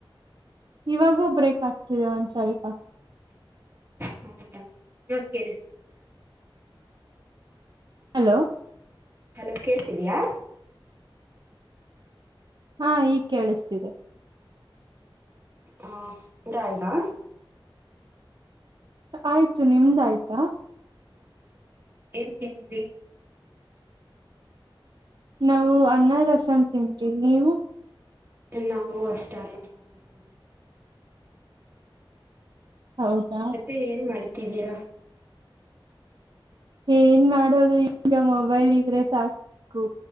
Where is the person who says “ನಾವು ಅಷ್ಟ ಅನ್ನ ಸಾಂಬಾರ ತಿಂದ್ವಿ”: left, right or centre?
Right